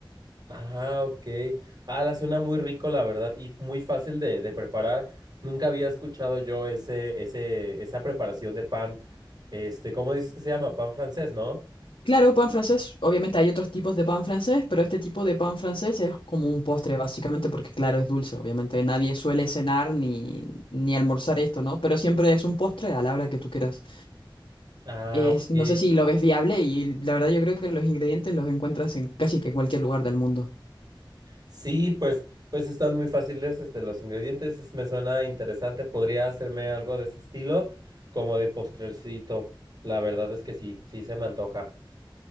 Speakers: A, on the right (about 50°); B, on the left (about 85°).
A: Ah, ok. Ah, la suena muy rico, la verdad, y muy fácil de, de preparar. Nunca había escuchado yo ese, ese, esa preparación de pan. Este, ¿cómo dices que se llama? Pan francés, ¿no?
B: Claro, pan francés. Obviamente hay otros tipos de pan francés, pero este tipo de pan francés es como un postre, básicamente, porque claro, es dulce. Obviamente nadie suele cenar ni, ni almorzar esto, ¿no? Pero siempre es un postre a la hora que tú quieras.
A: Ah,
B: Es-
A: ok.
B: no sé si lo ves viable y la verdad yo creo que los ingredientes los encuentras en casi que cualquier lugar del mundo.
A: Sí, pues, pues están muy fáciles, este, los ingredientes. es- Me suena interesante. Podría hacerme algo de ese estilo, como de postrecito. La verdad es que sí, sí se me antoja.